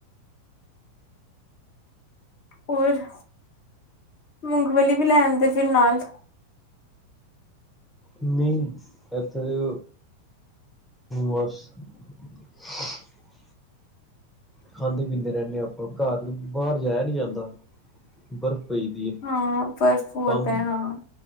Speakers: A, on the left; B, in the centre.
A: ਹੋਰ ਮੂੰਗਫਲੀ ਵੀ ਲੈ ਆਂਦੇ ਫਿਰ ਨਾਲ।
B: ਨਹੀਂ ਇੱਥੇ ਦੇ ਬਸ <unintelligible> ਖਾਂਦੇ, ਪੀਂਦੇ ਰਹਿੰਣੇ ਆਪਾਂ ਘਰ ਬਾਹਰ ਜਾਇਆ ਨ੍ਹੀਂ ਜਾਂਦਾ ਬਰਫ ਪਈਦੀ ਐ
A: ਹਾਂ ਬਰਫ਼ ਹੋਤਾ
B: ਕੰਮ
A: ਹੈ ਹਾਂ